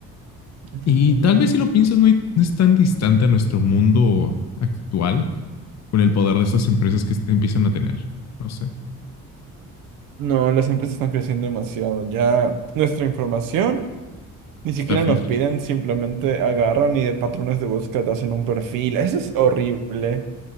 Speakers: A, on the right; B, on the left.
A: efectivamente.
B: Y tal vez si lo piensas, no hay- no es tan distante a nuestro mundo actual con el poder de esas empresas que empiezan a tener. No sé,
A: No, las empresas están creciendo demasiado. Ya nuestra información ni siquiera
B: está filtrado.
A: nos piden, simplemente agarran y de patrones de búsqueda hacen un perfil. Eso es horrible.